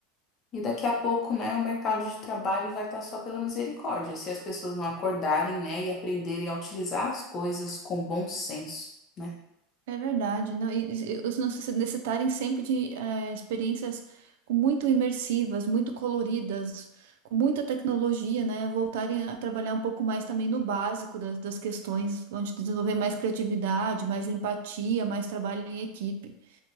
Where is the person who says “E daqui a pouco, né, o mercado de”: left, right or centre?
Left